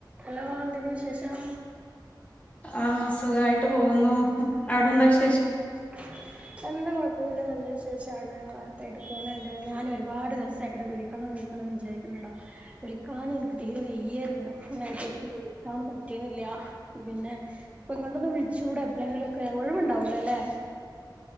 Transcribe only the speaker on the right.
Hello എന്തൊക്ക വിശേഷം
<inaudible> എന്താ കൊഴപ്പൊന്നില്ല നല്ല വിശേഷമാണ് റാഹത്തായിട്ട് പോകുന്നുണ്ട് ഞാൻ ഒരുപാട് ദിവസംങ്ങനെ വിളി കണം വിളിക്കണം വിചാരിക്കുന്നടാ വിളിക്കാൻ എനിക്ക് തീരെ വയ്യായിരുന്നു ഇന്നലെത്തോട്ട് വിളിക്കാൻ പറ്റീന്നില്ല പിന്നെ ഇപ്പ ഇങ്ങോട്ടൊന്ന വിളിച്ചുടെ എപ്പഴെങ്കിലുംക്കെ ഒഴിവുണ്ടാവൂലല്ലേ